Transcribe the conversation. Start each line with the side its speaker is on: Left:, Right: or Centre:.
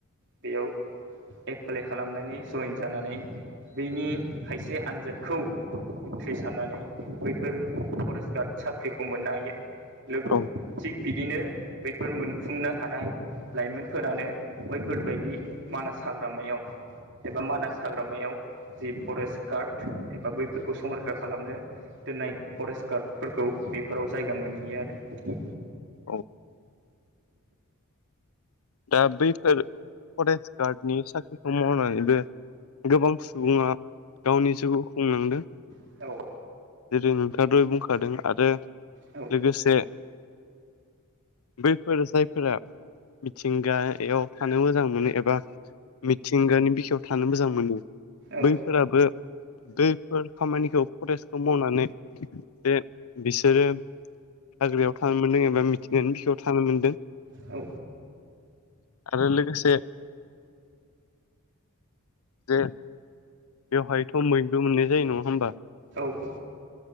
Right: बेयाव एप्लाइ खालामनानै जइेन जानानै बनि खायसे आनजादखौ उथ्रिसारनानै बैफोर फरेस्ट गार्ड साख्रिखौ मोननो हायो लोगो
Left: औ
Right: थिग बिदिनो बैफोर मोनफुंनो हानाय लाइमोनफोरानो बैफोरबायदि मानास हाग्रामायाव एबा मानास हाग्रामायाव जि फरेस्ट गार्ड एबा बैफोरखौ संरैखा खालामनो दोननाय फरेस्ट गार्डफोरखौ बेफोराव जायगा मोनहैयो आरो
Left: औ दा बैफोर फरेस्ट गार्डनि साख्रिखौ मावनानैबो गोबां सुबुङा गावनि जिउखौ खुंलांदों
Right: आरो
Left: जेरै नोंथाङाथ बुंखादों आरो
Right: औ
Left: लोगोसे बैफोर जायफोरा मिथिंगायाव थानो मोजां मोनो एबा मिथिंगानि बिखायाव थानो मोजां मोनो
Right: औ
Left: बैफोराबो दैफोर खामानिखौ फरेस्टखौ मावनानै जे बिसोरो हाग्रायाव थानो मोनदों एबा मिथिगानि बिसायाव थानो मोनदों
Right: औ
Left: आरो लोगोसे जे बेवहायथ' बैबो मोननाय जायो नङा होमबा?
Right: औ औ